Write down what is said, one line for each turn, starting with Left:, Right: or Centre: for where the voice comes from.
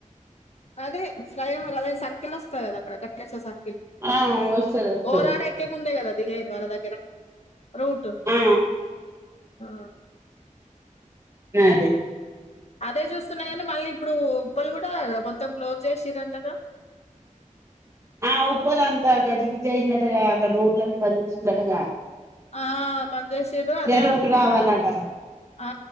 Left: అదే ఫ్రయ్ర్ ర్, అదే, సర్కిల్, వొస్తాది, గద. అక్కడ, కట్లెసో, స.
Right: ఆ వస్తది వస్తది
Left: ఓ రా ర్ అయిట్, ముందు, గద. దిగేది, వల్ల దగ్గర, రూటు,
Right: ఆ
Left: ఆ.
Right: అ అదే.
Left: అదే, జూస్తున్న, గనీ మళ్ళీ. ఇప్పుడు, ఉప్పల్ గుడా, మొత్తం, క్లోజ్, జెసిరంట గద.
Right: ఆ ఉప్పలంతా, గజిబిజి, అయిందటగా, అక్కడ, రోడ్లన్నీ, బన్ జెషిన్లటగా.
Left: ఆ బంజేషింర్రు, అదే,
Right: రూట్
Left: అంటున్నాయి,
Right: రావాలట
Left: ఆ.